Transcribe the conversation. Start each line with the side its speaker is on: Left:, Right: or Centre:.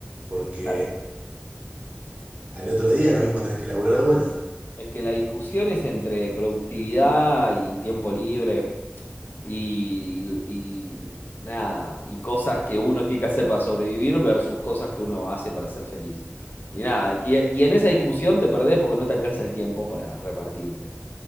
Right: porque
Left: Claro.
Right: al otro día lo mismo tenés que laburar de vuelta.
Left: Es que la discusión es entre productividad y tiempo libre. y, y nada, y cosas que uno tiene que hacer para sobrevivir versus cosas que uno hace para ser feliz. Y nada, y, y en esa discusión te perdés porque no te alcanza el tiempo para repartirte.